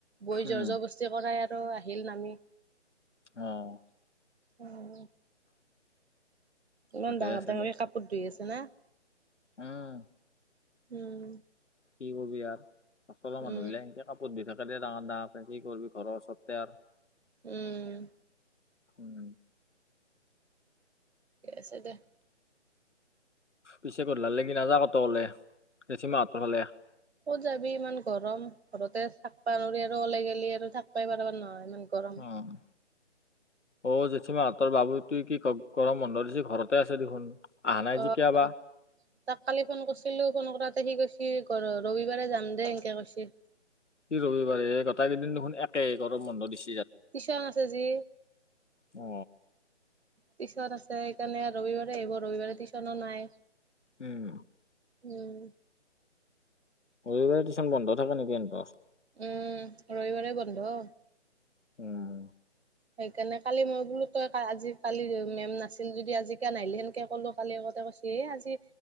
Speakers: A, on the right; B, on the left.
A: বৌই
B: উম
A: জৰ জৰ কৰ্চি আৰু কৰাই আৰু আহিল নামি
B: অ'।
A: উম। ইমান
B: ঠিকে
A: ডাঙৰ
B: আছে
A: ডাঙৰকে
B: দে
A: কাপোৰ ধুই আছে না।
B: উম।
A: উম।
B: কি কবি আৰু, আচলৰ
A: উম
B: মানুহ বিলাক এনেকে কাপোৰ ধুই থাক ডাঙৰ ডাঙৰকে কি কৰিবি, ঘৰৰ ওচৰতে আৰু।
A: উম।
B: উম।
A: এছে দে।
B: পিছে গধুলালে কি নাযাৱ কি ক'তো ওলাই, <unintelligible> হঁতৰ ফালে।
A: ক'ত যাবি ইমান গৰম, ঘৰতে থাকবা নোৱাৰি আৰু, ওলাই গেলে আৰু থাকবাই পাৰা নহয় আৰু ইমান গৰম
B: উম। অ', জেঠীমাহঁতৰ বাবুটুই কি গৰম বন্ধ দিছি, ঘৰতে আছে দেখোন। আহা নাই
A: অ',
B: যেতিয়া বা
A: তাক কালি ফোন কৰিছিলো ফোন কৰাত সি কৈছি ঘৰ ৰবিবাৰে যাম দে, এনকে কৈছি।
B: কি ৰবিবাৰে এই, গটাই কেইদিন দেখোন একে গৰম বন্ধ দিছ
A: টিউচন আছে যি,
B: অ
A: টিউচন আছে সেইকাৰণে ৰবিবাৰে আহিব, ৰবিবাৰে টিউচনো নাই।
B: উম।
A: উম।
B: ৰবিবাৰে টিউশ্যন বন্ধ থাকে নেকি এহঁতৰ?
A: উম, ৰবিবাৰে বন্ধ।
B: উম।
A: সেইকাৰণে কালি মই বোলো তই আজি কালি মেম নাছিল যদি আজি কিয় নাহিলি, সেনকে ক'লো কালি আ কৈছে, আজি